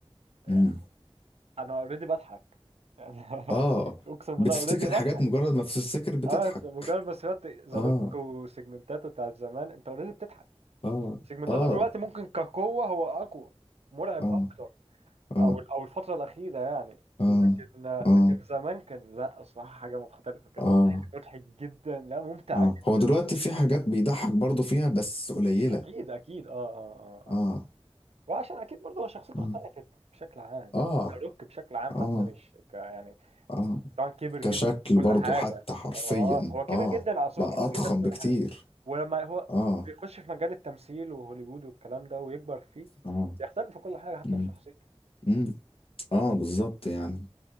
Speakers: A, on the right; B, on the left.
A: يعني
B: مم.
A: انا اوريدي بضحك يعني <laughs>
B: اه
A: اقسم
B: بتفتكر
A: بالله اوريدي بضحك
B: حاجات مجرد ما بتفتكر بتضحك
A: اه انت مجرد ما سمعت ذا
B: اه
A: روك وسيجمنتاته بتاعت زمان انت اوريدي بتضحك
B: اه
A: سيجمنتاته
B: اه
A: دلوقتي ممكن كقوة هو اقوى مرعب
B: اه
A: اكتر
B: اه
A: او او الفترة الأخيرة يعني
B: اه
A: لكن
B: اه
A: لكن زمان كان لا صراحة حاجة مختلفة كان
B: اه
A: مضحك جدا لا ممتع
B: اه
A: جدا
B: هو دلوقتي في حاجات بيضحك برضو فيها بس قليلة
A: اكيد اكيد اه اه اه
B: اه
A: آه. وعشان اكيد برضه هو شخصيته
B: اه
A: اختلفت بشكل عام يعني
B: اه
A: شاروك بشكل عام حتى
B: اه
A: مش ك يعني
B: اه
A: طبعا كبر
B: كشكل
A: جدا في كل
B: برضو
A: حاجه
B: حتى حرفيا
A: اه هو كبر
B: اه
A: جدا اصل
B: بقى
A: هو كبر
B: اضخم
A: جدا في كل
B: بكتير
A: حاجه ولما هو
B: اه
A: بيخش في مجال التمثيل وهوليوود والكلام ده ويكبر فيه
B: اه
A: بيختلف في كل حاجه حتى
B: امم
A: في شخصيته
B: امم اه بالظبط يعني